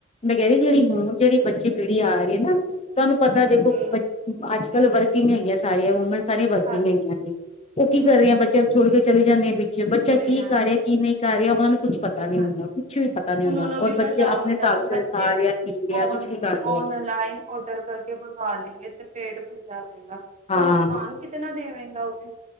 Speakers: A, on the left; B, on the right.
A: ਮੈਂ ਕਹਿ ਰੀ ਕਿ ਜਿਹੜੀ ਹੁਣ ਜਿਹੜੀ ਬੱਚੀ ਪੀੜੀ ਆ ਰੀ ਏ ਨਾ ਤੁਹਾਨੂੰ ਪਤਾ
B: ਹਾਂਜੀ
A: ਦੇਖੋ ਬੱ ਅੱਜ-ਕੱਲ ਵਰਕਿੰਗ ਹੈਗੀਆਂ ਸਾਰੀਆਂ ਵੂਮਨਸ ਸਾਰੀਆਂ ਵਰਕਿੰਗ
B: ਹਾਂਜੀ
A: ਹੈਗੀਆਂ
B: ਹਾਂਜੀ
A: ਨੇ ਓ ਕੀ
B: ਹਾਂਜੀ
A: ਕਰ ਰੀਆ ਬੱਚਿਆਂ ਨੂੰ ਛੋੜ ਕੇ ਚਲੇ ਜਾਂਦੀ ਆ ਪਿੱਛੇ ਬੱਚਾ
B: ਚਲੇ
A: ਕੀ
B: ਜਾਂਦੇ
A: ਕਰ ਰੇ ਆ
B: ਨੇ
A: ਕੀ ਨਈ ਕਰ ਰੇਆ ਉਨਾਂ ਨੂੰ ਕੁੱਛ ਪਤਾ ਨੀ
B: ਹਾਂਜੀ
A: ਹੁੰਦਾ ਕੁਛ ਵੀ ਪਤਾ ਨੀ
B: ਉਹਨਾਂ
A: ਹੁੰਦਾ
B: ਨੂੰ
A: ਔਰ
B: ਵੀ
A: ਬੱਚਾ
B: ਪਤਾ
A: ਆਪਣੇ
B: ਹੁੰਦਾ
A: ਹਿਸਾਬ
B: ਨੀ
A: ਸਿਰ
B: ਬੱਚੇ
A: ਖਾ ਰਿਹਾ ਪੀ ਰਿਹਾ
B: ਔਨ,
A: ਕੁੱਛ ਵੀ ਕਰ ਰਿਹਾ
B: ਔਨਲਾਈਨ ਔਡਰ ਕਰ ਮੰਗਾ ਲੇਗੇ 'ਤੇ ਪੇਟ ਫਲ ਜਾਵੇਗਾ ਓ
A: ਹਾਂ
B: ਨੁਕਸਾਨ ਕਿਤਨਾ ਦੇਵੇਗਾ ਉਨੇ।